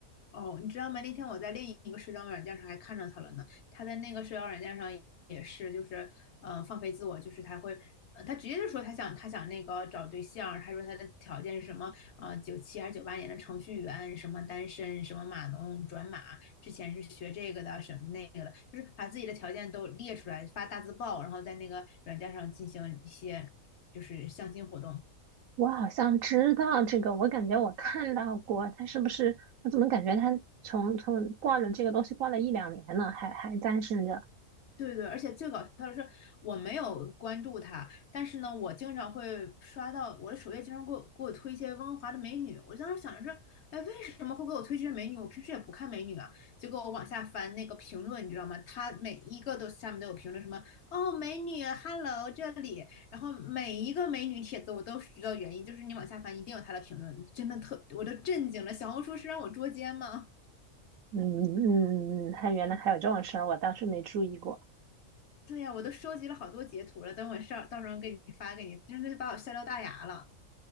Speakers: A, on the left; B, on the right.
A: 哦，你知道吗？那天我在另一个社交软件上还看着他了呢。他在那个社交软件上也是，就是嗯、呃放飞自我，就是他会，呃，他直接就说他想他想那个找对象，他说他的条件是什么？呃，九七还是九八年的程序员，什么单身，什么码农转码，之前是学这个的，什么那个的，就是把自己的条件都列出来，发大字报，然后在那个软件上进行一些就是相亲活动。
B: 我好像知道这个，我感觉我看到过，他是不是？我怎么感觉他从从挂了这个东西挂了一两年了，还还单身着？
A: 对对，而且最搞笑的是，我没有关注他，但是呢，我经常会刷到我的首页，经常给我给我推一些温哥华的美女。我当时想着说，哎，为什么会给我推这些美女？我平时也不看美女啊。结果我往下翻那个评论，你知道吗？他每一个都下面都有评论，什么哦，美女，hello 这里，然后每一个美女帖子我都知道原因，就是你往下翻一定有他的评论，真的特，我都震惊了。小红书是让我捉奸吗？
B: 嗯嗯嗯，嗯他原来还有这种事儿，我倒是没注意过。
A: 对呀，我都收集了好多截图了，等我上到时候给你发给你，真的就把我笑掉大牙了，